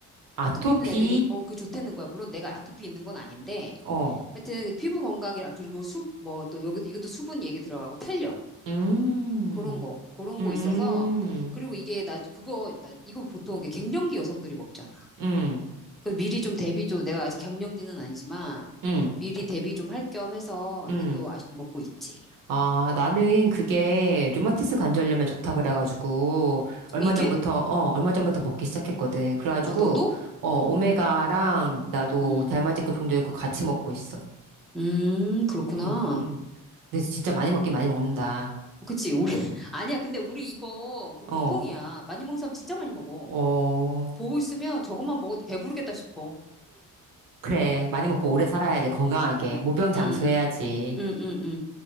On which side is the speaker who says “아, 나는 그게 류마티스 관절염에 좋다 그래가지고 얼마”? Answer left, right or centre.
Right